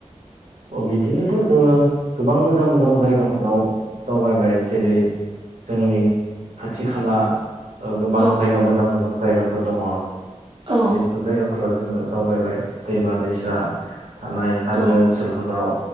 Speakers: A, on the right; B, on the right.
A: अ बिदिनोथ' जोङो गोबां मोजां मोजां जायगाफोराव दावबायबाय जेरै जोंनि खाथि खाला गोबां
B: औ
A: जायगा मोजां मोजां जायगाफोर दङ
B: औ
A: बै जायगाफोराव जोङो दावबायबाय दैमा दैसा थानाय हाजो
B: औ
A: ओनसोलफोराव